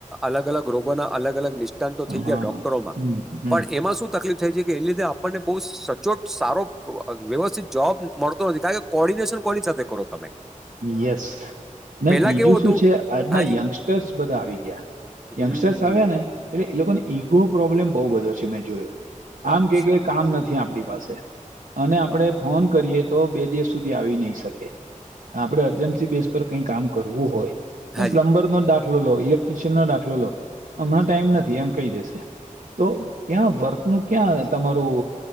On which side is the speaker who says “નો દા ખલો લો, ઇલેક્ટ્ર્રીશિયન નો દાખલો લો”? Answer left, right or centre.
Right